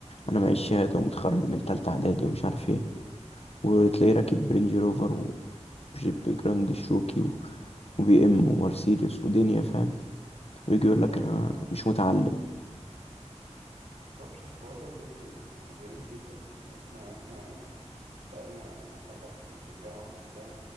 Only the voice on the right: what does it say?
اه
ما
معرفش الحوار ده بجد يعني غريب جدا يعني احنا واحنا بقالنا أربع سنين في الجامعة وبتاع